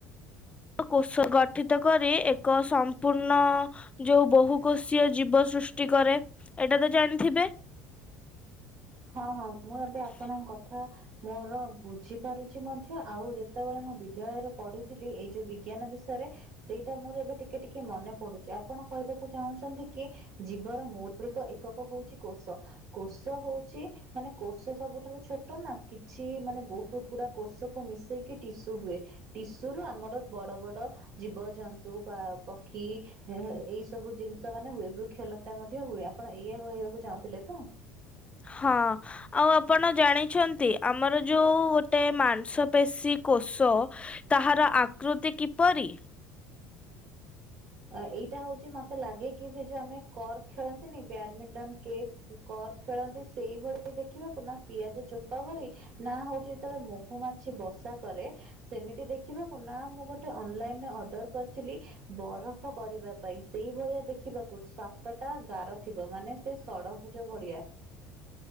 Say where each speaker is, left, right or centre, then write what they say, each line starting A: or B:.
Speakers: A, on the left; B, on the right.
A: କୋଷ ଗଠିତ କରି, ଏକ ସମ୍ପୂର୍ଣ୍ଣ ଯୋଉ ବହୁ କୋଷୀୟ ଜୀବ ସୃଷ୍ଟି କରେ। ଏଇଟା ତ ଜାଣିଥିବେ?
B: ହଁ, ହଁ, ମୁଁ ଏବେ ଆପଣଙ୍କ କଥା କଥା ମୋର ବୁଝି ପାରୁଛି ମଧ୍ୟ। ଆଉ ଯେତେବେଳେ ମୁଁ ବିଦ୍ୟାଳୟରେ ପଢିଥିଲି, ଏଇ ଯୋଉ ବି ବିଜ୍ଞାନ ବିଷୟରେ ସେଇଟା ମୋର ଏବେ ଟିକେ ଟିକେ ମନେ ପଡୁଚି। ଆପଣ କହିବାକୁ ଚାହୁଁଛନ୍ତି କି, ଜୀବର ମୌଳିକ ଏକକ ହଉଛି କୋଶ। କୋଷ ହଉ ଚି। ମାନେ କୋଷ ସବୁଠାରୁ ଛୋଟ ନା କିଛି ମାନେ ବହୁତ ଗୁଡା କୋଷ କୁ ମିଶେଇକି ଟିସୁ ହୁଏ। ଟିସୁ ରୁ ଆମର ବଡ ବଡ ଜୀବଜନ୍ତୁ ବା ପକ୍ଷୀ ଏ ଏଇ ସବୁ ଜିନିଷ ମାନେ ହୁଏ। ବୃକ୍ଷଲତା ମଧ୍ୟ ହୁଏ। ଆପଣ ଏଇଆ କହିବାକୁ ଚାହୁଁଥିଲେ ତ?
A: ହଁ। ଆଉ ଆପଣ ଜାଣିଛନ୍ତି ଆମର ଯୋଉ ଗୋଟେ ମାଂସ ପେଶୀ କୋଷ ତାହାର ଆକୃତି କିପରି?
B: ଏଇଟା ହଉଛି ମତେ ଲାଗେ କି ସେ ଯୋଉ ଆମେ କର୍କ ଖେଳନ୍ତିନି ବ୍ୟାଡମିଣ୍ଟନ କେକ୍ କକ୍ ଖେଳନ୍ତି ସେଇଭଳି ଦେଖିବାକୁ ନା ପିଆଜ ଚୋପା ଭଳି ନା ହଉଛି ଯେତେବେଳେ ମହୁ ମାଛି ବସା କରେ ସେମିତି ଦେଖିବାକୁ ନା ମୁଁ ଗୋଟେ ଅନଲାଇନରେ ଅର୍ଡର କରିଥିଲି ବରଫ କରିବା ପାଇଁ ସେଇ ଭଳିଆ ଦେଖିବାକୁ ସାତଟା ଗାର ଥିବ ମାନେ ସେ ଷଡଭୁଜ ଭଳିଆ।